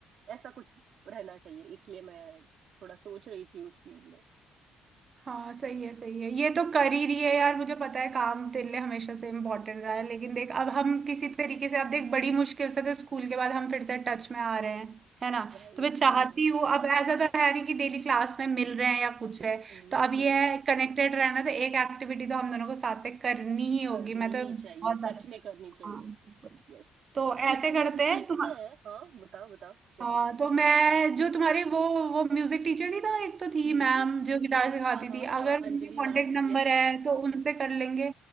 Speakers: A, on the right (about 65°); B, on the right (about 40°).
A: ऐसा कुछ रहना चाहिए इसलिए मैं थोड़ा सोच रही थी उस फील्ड में
B: हाँ सही है सही है ये तो कर ही रही है यार मुझे पता है काम तेरे लिए हमेशा से इम्पोर्टेंट रहा है लेकिन देख अब हम किसी तरीके से अब देख बड़ी मुश्किल से तो स्कूल के बाद हम फिर से टच में आ रहे हैं है ना
A: राइट
B: तो मैं चाहती
A: हाँ ना हम्म
B: हूँ अब ऐसा तो है नहीं कि डेली क्लास में मिल रहे हैं या कुछ है
A: हम्म
B: तो अब ये है कनेक्टेड रहना तो एक एक्टिविटी तो हम दोनों को साथ पे करनी ही होगी
A: करनी
B: मैं तो
A: ही
B: बहुत
A: चाहिए
B: ज्यादा
A: सच में करनी चाहिए
B: हाँ बिल्कुल।
A: यस
B: तो
A: ठीक
B: ऐसे
A: है
B: करते
A: फिर हम सीखते
B: हैं तुम
A: हैं हाँ बताओ बताओ कैसे
B: हाँ
A: करेंगे
B: तो मैं
A: प्लान
B: जो
A: करो
B: तुम्हारी वो वो म्यूजिक टीचर नहीं था एक तो थी
A: हम्म
B: मैम
A: हम्म,
B: जो गिटार सिखाती
A: हाँ हाँ
B: थी
A: हाँ
B: अगर
A: अंजलि
B: उनके कांटेक्ट
A: मैम
B: नंबर
A: यस
B: है तो उनसे कर लेंगे